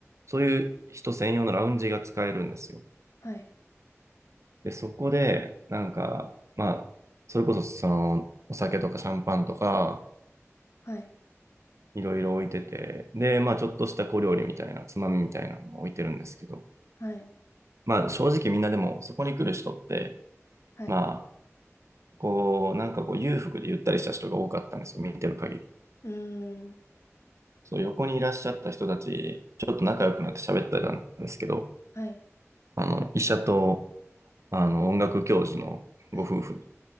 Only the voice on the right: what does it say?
そういう人専用のラウンジが使えるんですよ。
で、そこで、なんか、まあ、それこそ、その、お酒とかシャンパンとか、
いろいろ置いてて、で、まあ、ちょっとした小料理みたいな、つまみみたいなのも置いてるんですけど、
まあ、正直みんなでも、そこに来る人って、
まあ、こう、なんかこう、裕福でゆったりした人が多かったんですよ、見てる限り。
そう、横にいらっしゃった人たち、ちょっと仲良くなって喋ってたんですけど、
あの、医者とあの、音楽教授のご夫婦、